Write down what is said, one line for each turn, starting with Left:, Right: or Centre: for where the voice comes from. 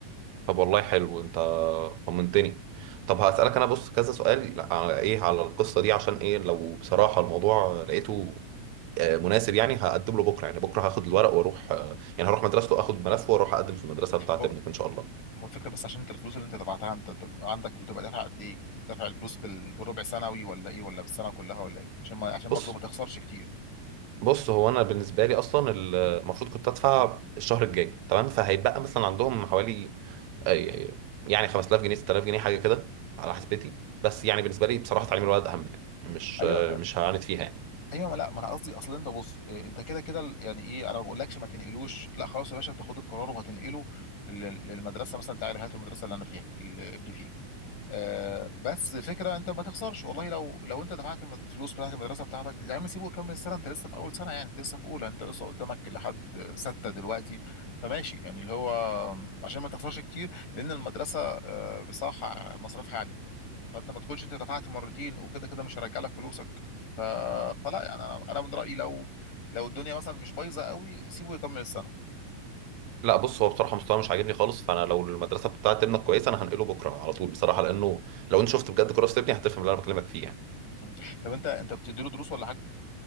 Right: طب والله حلو انت طمنتني طب هسألك انا بص كذا سؤال على ايه على القصة دي عشان ايه لو بصراحة الموضوع لقيته آه، مناسب يعني هقدم له بكرة يعني بكرة هاخد الورق واروح آه، يعني هروح مدرسته اخد ملفه واروح اقدم في المدرسة بتاعة
Left: هو
Right: ابنك ان شاء الله
Left: هو الفكره بس عشان انت الفلوس اللي انت دفعتها انت عندك بتبقى دافع قد ايه؟ دافع الفلوس بال... بالربع سنوي ولا ايه ولا بالسنه كلها ولا ايه؟ عشان ما... عشان برضه
Right: بص
Left: ما تخسرش كتير
Right: بص هو انا بالنسبة لي اصلا ال- المفروض كنت ادفع الشهر الجاي تمام فهيبقى مثلا عندهم حوالي آه، يعني 5000 جنيه 6000 جنيه حاجة كده على حسبتي بس يعني بالنسبة لي بصراحة تعليم الولد اهم يعني مش
Left: ايوه
Right: آه، مش هعاند فيها يعني
Left: ايوه ما لا ما انا قصدي اصل انت بص إيه، انت كده كده ال- يعني ايه انا ما بقولكش ما تنقلوش لا خلاص يا باشا انت خد القرار وهتنقله لل- للمدرسه مثلا تعالى هات المدرسه اللي انا فيها اللي ابني فيها آه بس فكره انت ما تخسرش والله لو لو انت دفعت الم- الفلوس بتاعت المدرسه بتاعتك يا عم سيبه يكمل السنه انت لسه في اول سنه يعني انت لسه في اولى انت لسه قدامك لحد سته دلوقتي فماشي يعني اللي هو عشان ما تخسرش كتير لان المدرسه آه بصراحه مصاريفها فانت ما تكونش انت دفعت مرتين وكده كده مش هرجع لك فلوسك ف... فلا يعني انا أنا من رايي لو لو الدنيا مثلا مش بايظه قوي سيبه يكمل السنه
Right: لا بص هو بصراحه مستواه مش عاجبني خالص فانا لو المدرسه بتاعت ابنك كويسه انا هنقله بكره على طول بصراحه لانه لو انت شفت بجد كراسه ابني هتفهم اللي انا بكلمك فيه يعني
Left: مم. طب انت انت بتديله دروس ولا حاجه